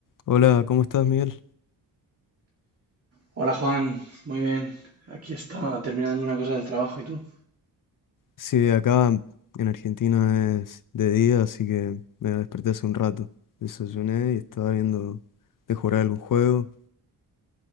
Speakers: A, on the left (about 55°); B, on the right (about 35°).
A: Hola, ¿cómo estás, Miguel?
B: Hola Juan, muy bien. Aquí estaba terminando una cosa del trabajo y tú.
A: Sí, acá en Argentina es de día, así que me desperté hace un rato. Desayuné y estaba viendo de jugar algún juego.